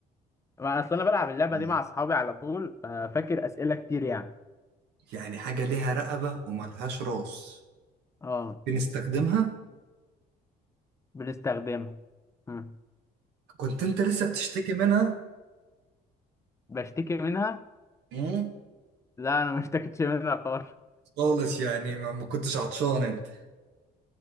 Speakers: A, on the left (about 15°); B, on the right (about 80°).
A: ما اصل انا بلعب اللعبة
B: مم.
A: دي مع اصحابي على طول ففاكر اسئلة كتير يعني
B: يعني حاجة ليها رقبة وملهاش راس
A: اه
B: بنستخدمها
A: بنستخدمها ها.
B: كنت انت لسه بتشتكي منها
A: وبشتكي منها
B: مم.
A: لا انا ما اشتكيتش منها خالص
B: خالص يعني ما ما كنتش عطشان انت